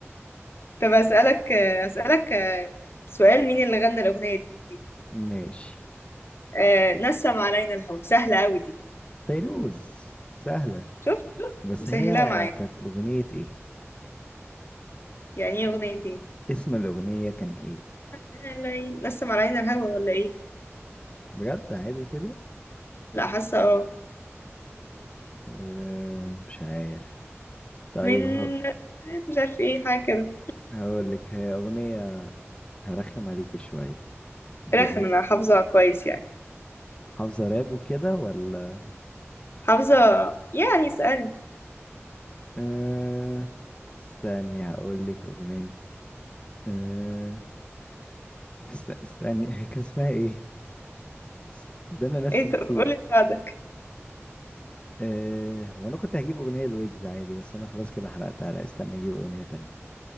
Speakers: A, on the left; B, on the left.
A: طب اسالك آه، اسالك آه، سؤال مين اللي غنى الاغنيه دي
B: ماشي
A: أه نسم علينا الهوى سهله قوي دي
B: فيروز سهلة
A: شفت شفت
B: بس
A: مسهلاه
B: هي
A: معاك
B: كانت اغنية ايه
A: يعني ايه اغنيه ايه
B: اسم الاغنية كان ايه
A: علي- نسم علينا الهوى ولا ايه
B: بجد عادي كده
A: لا حاسه اه
B: أه مش عارف طيب
A: من
B: هو
A: مش عارف ايه حاجه كده
B: هقول لك هي اغنية هرخم عليك شوية دلوقتي
A: رخم انا حافظه كويس يعني
B: حافظة راب وكده ولا
A: حافظه يعني اسالني
B: أه استني هقول لك اغنية أه است- استني هي كان اسمها ايه است- ده انا نفسي
A: ايه
B: نسيت
A: طب قولي اساعدك
B: آه هو انا كنت هجيب اغنيه لويجز عادي بس انا خلاص كده حرقتها لا استني اجيب اغنيه تانية